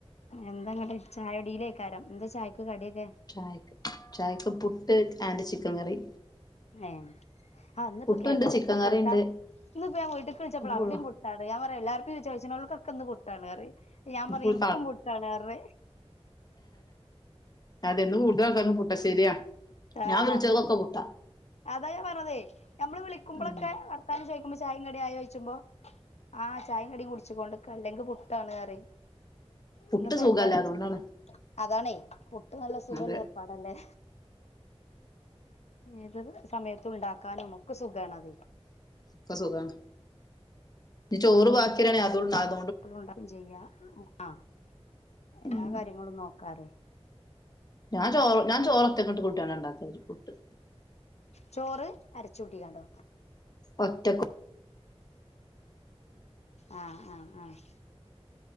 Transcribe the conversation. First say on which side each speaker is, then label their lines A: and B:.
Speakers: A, on the left; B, on the left.
A: എന്താങ്ങ്ട്ട് ചായയുടിയിലേക്കാരം എന്താ ചായയ്ക്ക് കടിയൊക്കെ.
B: ചായക്ക് ചായക്ക് പുട്ട് ആൻഡ് ചിക്കൻ കറി
A: ഏഹ് ആ അന്നിപ്പോ
B: പുട്ടുണ്ട്
A: കേട്ടോലൊക്കെ
B: ചിക്കൻ
A: പുട്ടാഇന്നിപ്പ
B: കറിണ്ട്
A: ഞാൻ വീട്ട്ക്ക്‌ വിളിച്ചപ്പ അവിടിം
B: ഫുള്ളാ
A: പു അട ഞാൻ പറയാ എല്ലാരും ചോയിച്ണോല്കക്കെ ഇന്ന് പുട്ടാണ് ആറിം ഞാ പറഞ്
B: ഫുൾ
A: ഇനകും പുട്ടാണ്റഞ്
B: അതന്ന് കൂടുത ആക്കും പുട്ട ശെരിയാ
A: ആഹ്
B: ഞാൻ വിളിച്ചക്കൊക്കെ പുട്ട
A: അതാ ഞാ പറഞ്ഞതേ നമ്മള് വിളിക്കുമ്പോളൊക്കെ
B: ഉം
A: വർത്താനം ചോയിക്കുമ്പോ ചായ കട ആയോ ചോയിച്ചുമ്പോ ആഹ് ചായ കടി കുടിച്ചു കൊണ്ട്ക്ക അല്ലെങ്കിൽ പുട്ടാണ്റിം
B: പുട്ട്
A: ഇന്നപ്പ
B: സുഖല്ല
A: കൊറ
B: അതുകൊണ്ടാണ്
A: അതാണേ പൊട്ട് നല്ല സുഖല്ല
B: അതെ
A: ഏർപ്പാടല്ലേ അ സമയത്ത് ഉണ്ടാക്കാനും ഒക്കെ സുഖാണ് അത്
B: ക്ക സുഖാണ് ചോറ് ബാക്കി വരാണ് ആ
A: ണ്ടും ചെയ്യ ആ ഹ് എല്ലാ
B: ഉം
A: കാര്യങ്ങളും നോക്കാറ
B: ഞാൻ ചോ ഞാ ചോററ്റക്കട്ട് കുട്ടിയാണ് ഉണ്ടാക്കല് പുട്ട്
A: ചോറ് അരച്ച കൂട്ടിക്കാണ്ടോ
B: ഒറ്റക്ക
A: ആഹ് ആഹ് ആഹ്